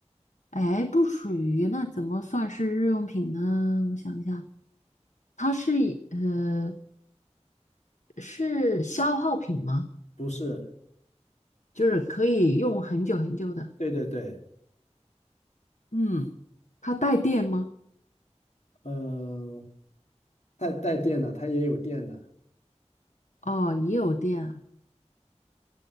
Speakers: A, on the left; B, on the left.
A: 哎，不属于，那怎么算是日用品呢？我想一下，它是以呃是消耗品吗？
B: 不是，
A: 就是可以用很久很久的。
B: 对对对，
A: 嗯，它带电吗？
B: 嗯、带带电的，它也有电的，
A: 哦，也有电啊。